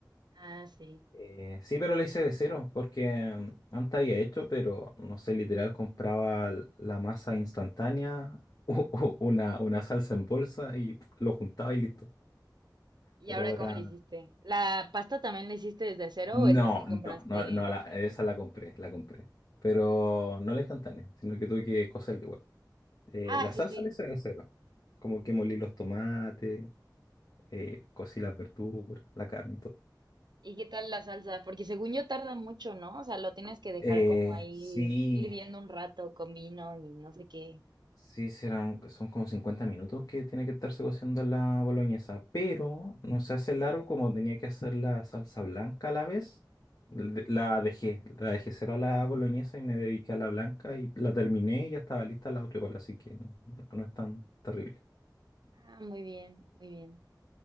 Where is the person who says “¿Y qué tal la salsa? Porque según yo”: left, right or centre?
Right